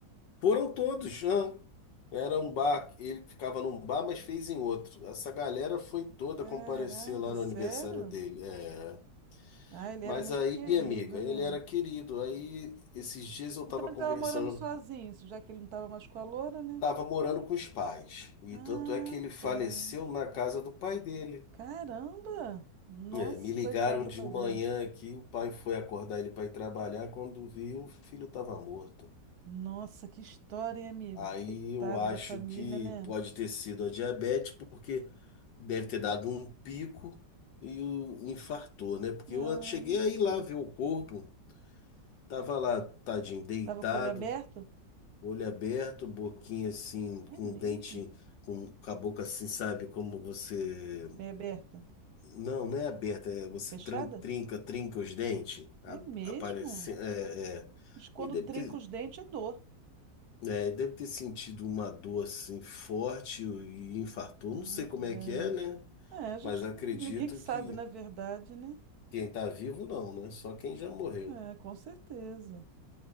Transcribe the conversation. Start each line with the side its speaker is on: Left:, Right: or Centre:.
Left: Foram todos, hã? Era um bar, ele ficava num bar, mas fez em outro. Essa galera foi toda
Right: Caraca,
Left: comparecer lá
Right: sério?
Left: no aniversário dele. É.
Right: Ah, ele
Left: Mas
Right: era muito
Left: aí,
Right: querido,
Left: amiga,
Right: né?
Left: ele era querido. Aí, esses dias eu
Right: Então
Left: tava
Right: ele
Left: conversando,
Right: tava morando sozinho, já que ele não tava mais com a loura, né?
Left: tava morando com os pais. E
Right: Ah,
Left: tanto é que ele faleceu
Right: tá.
Left: na casa do pai dele.
Right: Caramba! Nossa,
Left: É, me ligaram
Right: coitado do
Left: de
Right: pai
Left: manhã
Right: dele.
Left: aqui, o pai foi acordar ele para ir trabalhar, quando viu, o filho estava morto.
Right: Nossa, que história, hein, amigo?
Left: Aí
Right: Coitado
Left: eu acho
Right: da família,
Left: que
Right: né?
Left: pode ter sido a diabetes, porque deve ter dado um pico e o infartou, né? Porque
Right: Não,
Left: eu cheguei
Right: não sei.
Left: aí lá ver o corpo, tava lá, tadinho, deitado,
Right: Tava com o olho aberto?
Left: olho aberto, boquinha assim,
Right: É
Left: com
Right: mesmo.
Left: o dente, com, com a boca assim, sabe, como você
Right: Meia aberta.
Left: Não, não é aberta, é você
Right: Fechada?
Left: tran- trinca, trinca os dentes, a-
Right: É mesmo.
Left: aparece, é, é.
Right: Mas quando
Left: E deve
Right: trinca
Left: ter,
Right: os dentes é dor.
Left: é, deve ter sentido uma dor assim forte e infartou.
Right: Caramba.
Left: Não sei como é que é, né?
Right: É, a gente,
Left: Mas acredito
Right: <laughs> ninguém sabe,
Left: que
Right: na verdade, né?
Left: quem tá vivo não, né? Só quem já morreu.
Right: É, com certeza.